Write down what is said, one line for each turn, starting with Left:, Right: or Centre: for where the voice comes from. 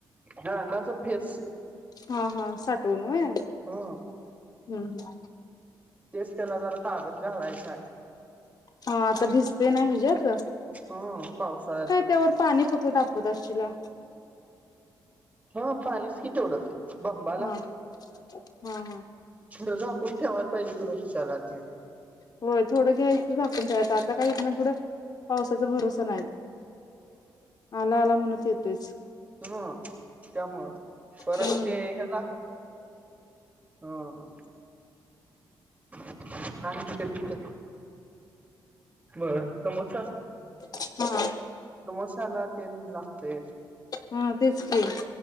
Right: दळना च फेस
Left: हा -हा -साठहून होय
Right: हा
Left: हम्म -हम्म
Right: तेच त्याला जरा कागद घालायचांय.
Left: हा आता भिजते ना हे जे आपल
Right: हम पावसाळ्यात,
Left: त्यावर पाणी फक्त तापवत असशिला.
Right: हा पाणीच कि तेवढं बंबाला
Left: हा
Right: <inaudible>
Left: हा हा
Right: खरं झाकून ठेवायला पाहिजे त रोजच्याला ते.
Left: होय थोडं घ्यायचं झाकून ठेवायचं, आता काय इथून पुढं पावसाचा भरोसा नाही. आला -आला म्हणत येतोच
Right: ह त्यामुळं-परत
Left: हम्म
Right: ते ह्याला हा ह <unintelligible> बरं समोसा
Left: <inaudible> हा
Right: समोशाला तेल लागतय.
Left: हा तेच कि,